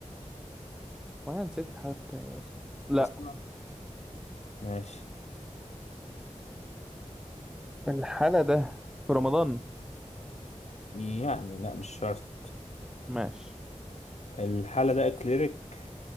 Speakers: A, in the centre; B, on the left (about 60°).
A: هو أنا نسيت الحالة بتاعي إيه أصلا لا
B: اصلا ماشي
A: الحالة ده في رمضان
B: يعني لا مش شرط
A: ماشي
B: الحالة ده اكليريك